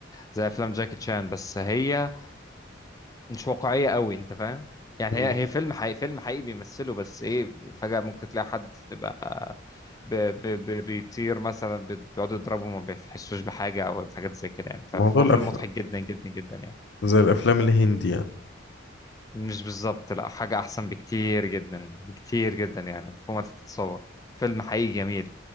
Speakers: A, on the left; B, on the left.
A: زي افلام جاكي تشان بس هي مش واقعيه قوي انت فاهم يعني
B: مم.
A: هي هي فيلم حقيقي فيلم حقيقي بيمثله بس ايه فجاه ممكن تلاقي حد بقى ب... ب... ب... بيطير مثلا بيقعدوا يضربوا ما بيحسوش بحاجه او الحاجات زي كده يعني
B: موضوع
A: فهو
B: الأف...
A: فيلم مضحك جدا جدا جدا يعني
B: زي الافلام الهندي يعني
A: مش بالظبط لا حاجة أحسن بكتير جدا بكتير جدا يعني فوق ما تتصور فيلم حقيقي جميل